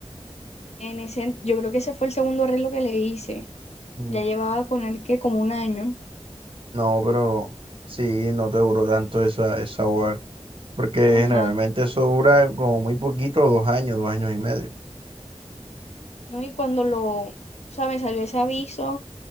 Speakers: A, on the left (about 75°); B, on the right (about 50°).
A: En ese, yo creo que ese fue el segundo arreglo que le hice.
B: Mm,
A: Ya llevaba con él que como un año.
B: No, pero sí, no te duró tanto esa, esa board. Porque
A: Ajá.
B: generalmente eso dura como muy poquito, dos años, dos años y medio.
A: No, y cuando lo, o sea, me salió ese aviso.